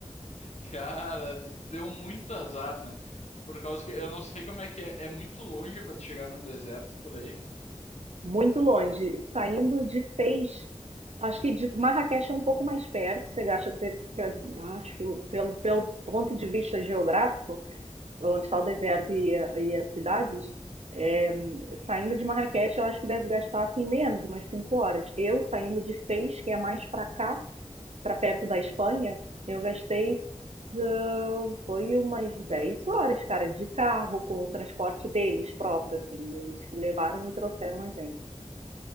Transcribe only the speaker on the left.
Cara, deu muito azar, né? Por causa que eu não sei como é que é, é muito longe pra tu chegar no deserto por aí.